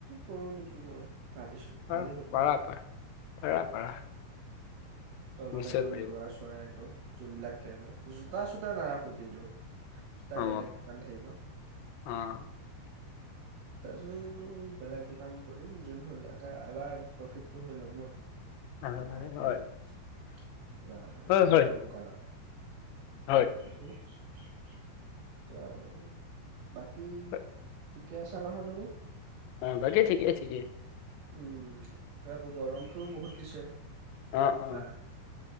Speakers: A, on the right; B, on the left.
A: কৰো নেকি মই ভাবিছো
B: পাৰা
A: ভালেই হ'ব
B: পাৰা পাৰা পাৰা পাৰা
A: তলত
B: নিশ্চয়
A: একদম
B: পাৰিবা
A: লৰা চৰা একদম যোনবিলাক ট্ৰেইনৰ জোতা চোতা নাৰাখো কিন্তু জোতা
B: অ
A: বেলেগ দোকান থাকিব
B: অ <inaudible>
A: জোতাযোৰ বেলেগ দোকান কৰিম যোন এবাৰ প্ৰফিটটো হৈ লওক ন
B: হয়
A: তোমাৰ
B: হয়
A: হেৰিত তোমাৰ
B: হয় হয়
A: কাপোৰ দোকানত
B: হয়
A: সেইটো <unintelligible> এতিয়া আৰু বাকী
B: হয়।
A: ঠিকে আছা নহয় তুমি
B: অ বাকী ঠিকেই ঠিকেই
A: উম এতিয়া গৰমটোও বহুত দিছে
B: অ অ
A: বা